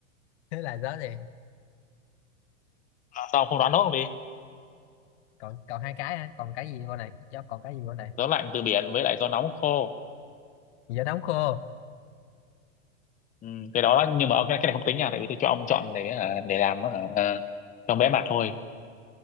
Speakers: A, on the left; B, on the left.
A: thế là gió gì
B: Sao ông không đoán nốt luôn đi
A: còn còn hai cái hả còn cái gì bên này gió còn cái gì bên này
B: Gió lạnh từ biển với lại gió nóng khô
A: gió nóng khô
B: ừ, Cái đó nhưng mà cái, cái này không tính nha Tại vì tôi cho ông chọn để hả, để làm hả, à, cho vẽ mặt thôi